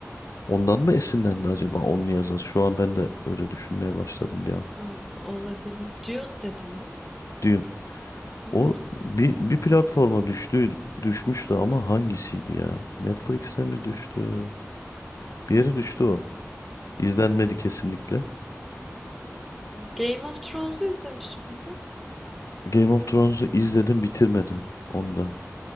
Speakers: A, on the left (about 85°); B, in the centre.
A: Ondan mı esinlendi acaba onun yazarı? Şu an ben de öyle düşünmeye başladım bir an.
B: O- olabilir. Dune dedin değil mi?
A: Dune.
B: Hı,
A: O
B: Dune.
A: bir, bir platforma düştü, düşmüştü ama hangisiydi ya? Netflix'e mi düştü? Bir yere düştü o. İzlenmedi kesinlikle.
B: Game of Thrones'u izlemiş miydin?
A: Game of Thrones'u izledim bitirmedim onu da.